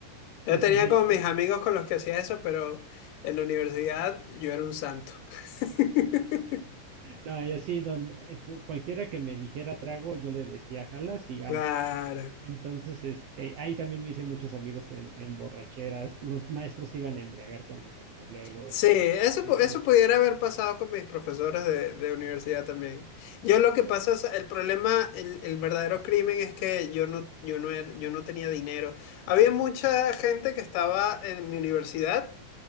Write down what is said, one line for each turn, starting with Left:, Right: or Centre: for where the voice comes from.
Right: sí,
Left: Yo tenía
Right: sí, sí,
Left: como mis
Right: y-
Left: amigos con los que hacía eso, pero en la universidad yo era un santo. <laughs>
Right: no, y así, don, eh, cu- cualquiera que me dijera trago, yo le decía, jalas y vamos.
Left: Claro.
Right: Entonces, este, ahí también me hice muchos amigos en, en borracheras. Los maestros se iban a embriagar con nosotros luego.
Left: Sí, eso,
Right: Es,
Left: pu- eso pudiera haber pasado con mis profesores de, de universidad también. Yo lo que pasa es, el problema, el, el verdadero crimen es que yo no, yo no, era- yo no tenía dinero. Había mucha gente que estaba en mi universidad